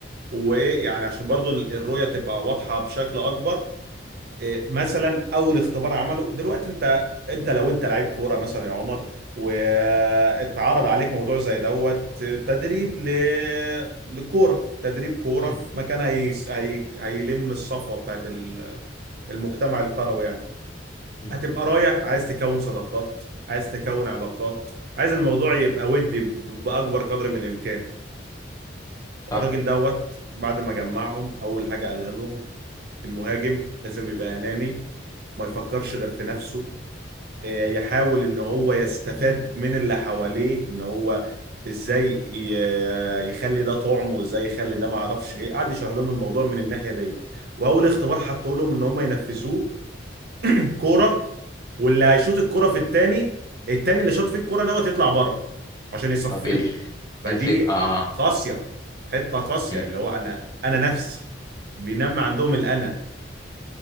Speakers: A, on the right (about 55°); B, on the left (about 20°).
A: وايه يعني عشان برضو ال- الرؤية تبقى واضحة بشكل اكبر إيه مثلا اول اختبار عمله دلوقتي انت انت لو انت لعيب كورة مثلا يا عمر واتعرض عليك موضوع زي دوت تدريب ل... لكورة تدريب كورة
B: مم.
A: في مكان هي... هي... هيلم الصفوة بتاعت ال- المجتمع الكروي يعني
B: مم.
A: هتبقى رايح عايز تكون صداقات عايز تكون علاقات عايز الموضوع يبقى ودي ب- بأكبر قدر من الإمكان
B: صح
A: الراجل دوت بعد ما جمعهم اول حاجه قالها لهم المهاجم لازم يبقى اناني ما يفكرش غير في نفسه آه، يحاول ان هو يستفاد من اللي حواليه ان هو ازاي ي- يخلي ده طعم وازاي يخلي ده ما اعرفش ايه قعد يشرح لهم الموضوع من الناحيه ديت واول اختبار حطوا لهم ان هم ينفذوه الكوره واللي هيشوط الكوره في التاني التاني اللي شاط فيه الكوره دوت يطلع بره عشان يصفيهم
B: طب ايه
A: فدي
B: الفكرة اه
A: قاسيه حته قاسيه
B: مم.
A: اللي هو انا انا نفسي بينمي عندهم الانا